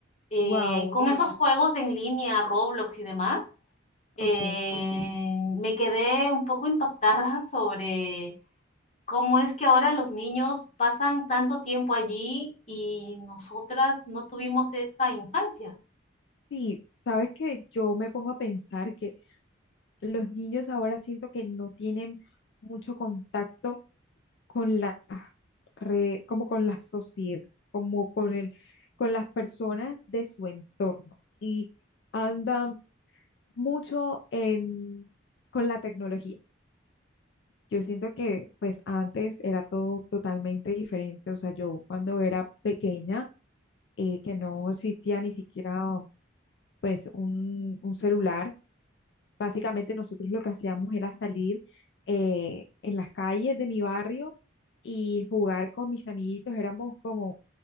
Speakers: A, on the left (about 35°); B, on the left (about 60°).
A: Eh,
B: Wow,
A: con esos Mm, juegos de en línea, Roblox y demás eh,
B: ok.
A: me quedé un poco impactada <laughs> sobre ¿Cómo es que ahora los niños pasan tanto tiempo allí y nosotras no tuvimos esa infancia?
B: Sí, sabes que yo me pongo a pensar que los niños ahora siento que no tienen mucho contacto con la re- como con la sociedad, como con el, con las personas de su entorno y andan mucho en, con la tecnología. Yo siento que pues antes era todo totalmente diferente, o sea, yo cuando era pequeña eh, que no existía ni siquiera pues un, un celular. Básicamente nosotros lo que hacíamos era salir eh, en las calles de mi barrio y jugar con mis amiguitos. Éramos como